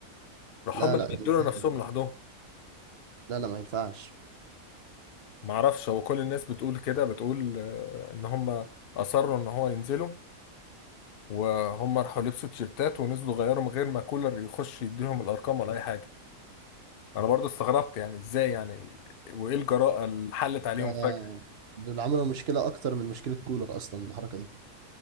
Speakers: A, on the left; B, on the right.
A: راح
B: لا
A: هم اللي
B: لا ده
A: بدلوا
B: ازاي
A: نفسهم
B: ده
A: لوحدهم
B: لا لا ما ينفعش
A: ما اعرفش هو كل الناس بتقول كده بتقول آه، ان هم اصروا ان هو ينزلوا وهم راحوا لبسوا تيشيرتات ونزلوا غيروا من غير ما كولر يخش يديهم الارقام ولا اي حاجه انا برضو استغربت يعني ازاي يعني وايه الجراءه اللي حلت عليهم
B: ده
A: فجاه
B: دول عملوا مشكله اكتر من مشكله كولر اصلا الحركه دي